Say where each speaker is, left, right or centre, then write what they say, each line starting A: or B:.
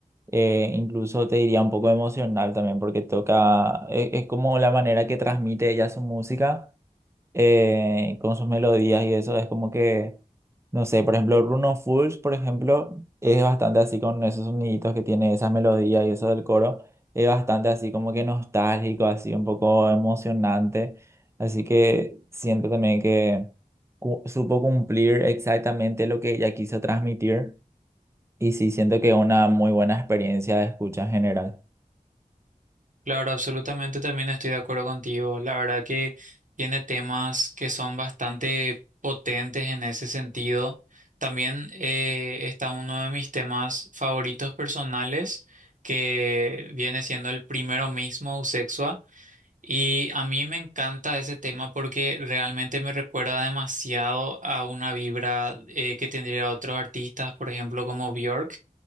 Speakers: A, on the right; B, on the right.
A: eh, incluso te diría un poco emocional también porque toca, es, es como la manera que transmite ella su música eh, con sus melodías y eso es como que, no sé, por ejemplo, Bruno Fools, por ejemplo, es bastante así con esos soniditos que tiene esa melodía y eso del coro, es bastante así como que nostálgico, así un poco emocionante, así que siento también que cu- supo cumplir exactamente lo que ella quiso transmitir y sí siento que una muy buena experiencia de escucha en general.
B: Claro, absolutamente también estoy de acuerdo contigo. La verdad que tiene temas que son bastante potentes en ese sentido. También eh, está uno de mis temas favoritos personales, que viene siendo el primero mismo, Usexua. Y a mí me encanta ese tema porque realmente me recuerda demasiado a una vibra eh, que tendría otros artistas, por ejemplo, como Björk.